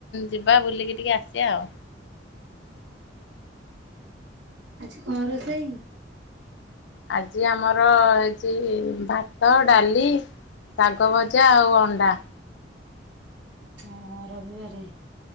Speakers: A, on the left; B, on the right.
A: ଯିବା ବୁଲିକି ଟିକେ ଆସିବା ଆଉ।
B: ଆଜି କଣ ରୋଷେଇ?
A: ଆଜି ଆମର ହେଇଛି ଭାତ ଡାଲି ଶାଗ ଭଜା ଆଉ ଅଣ୍ଡା।
B: ହଁ ରବିବାରେ